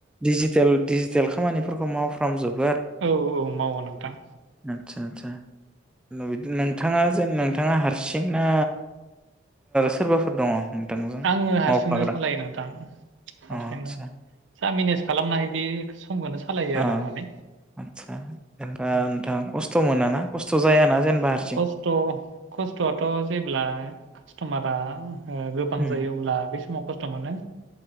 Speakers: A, in the centre; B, on the right (about 75°).
A: दिजिटेल दिजिटेल खामानिफोरखौ मावफ्राम जोब
B: औ औ मावो नोंथां
A: आदसा आदसा नोंथाङा जेन नोंथाङा हारसिंना सोरबाफोर दङ नोंथांजों
B: आङो हारसिंनो
A: मावफाग्रा
B: सालायो नोंथां हारसिंनो
A: अ आदसा
B: आ मेनेज खालामनो हायो बे समखौनो सालायो
A: आ
B: आरो आं माने
A: आच्छा ओफाइ
B: औ।
A: नोंथां खस्थ मोनाना खस्थ जायाना? जेनेबा हारसिं
B: खस्थ खस्थआथ जेब्ला कास्टमारा आं ओम गोबां
A: उम
B: जायोब्ला अब्ला बै समाव खस्थ मानो।